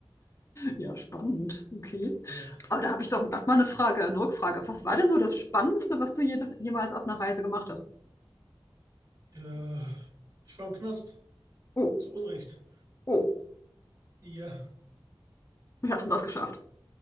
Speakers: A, on the left; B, on the right.
A: ja, spannend. Okay.
B: Ja.
A: Aber da habe ich doch grad mal eine Frage, eine Rückfrage. Was war denn so das Spannendste, was du jede, jemals auf einer Reise gemacht hast?
B: Äh, ich war im Knast.
A: Oh,
B: Zu Unrecht.
A: oh,
B: Ja,
A: wie hast du das geschafft?